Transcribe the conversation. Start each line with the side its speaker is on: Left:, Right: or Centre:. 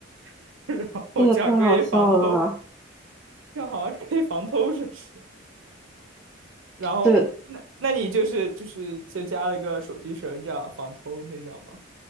Right: <laughs> 然后这样可以防偷，
Centre: 这也太好笑了吧！
Right: 这样好像是可以防偷，是不是？然后那那你就是就是就加了一个手机绳，
Centre: 对
Right: 这样防偷那样吗？